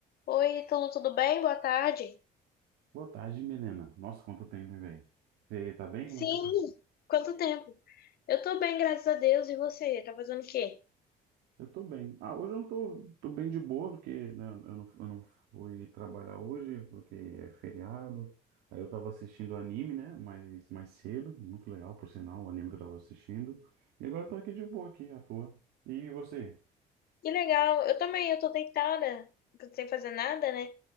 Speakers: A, on the left; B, on the right.
A: Oi, Ítalo, tudo bem? Boa tarde.
B: Boa tarde, Milena. Nossa, quanto tempo, hein, velho? Você tá bem? Como
A: Sim,
B: é que você tá?
A: quanto tempo? Eu tô bem, graças a Deus. E você? Tá fazendo o quê?
B: Eu tô bem. Ah, hoje eu não tô, tô bem de boa, porque né, eu não, eu não fui trabalhar hoje, porque é feriado. Aí eu tava assistindo anime, né? Mais, mais cedo, muito legal, por sinal, o anime que eu tava assistindo. E agora eu tô aqui de boa, aqui, à toa. E você?
A: Que legal. Eu também, eu tô deitada, sem fazer nada, né?